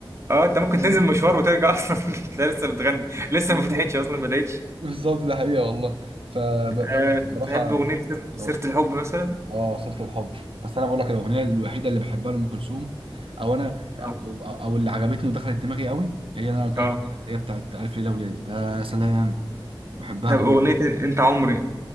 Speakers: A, on the right; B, on the right.
A: اه انت ممكن
B: <laughs> فاهم؟
A: تنزل مشوار وترجع اصلا <laughs> تلاقي لسه بتغني لسه
B: بالظبط
A: ما فتحتش اصلا ما بدأتش
B: بالظبط، ده حقيقه والله ف
A: أه
B: لا بس بصراحه
A: تحب اغنيه سير-
B: روعة.
A: سيره الحب مثلا
B: اه سيره الحب بس انا بقول لك الاغنيه الوحيده اللي بحبها لام كلثوم او انا
A: اه
B: او, أو اللي عجبتني ودخلت دماغي قوي هي اللي انا قلت
A: اه
B: لك عليها، اللي هي بتاعت الف ليله وليله يا سلام بحبها
A: طب
B: قوي
A: اغنيه انت عمري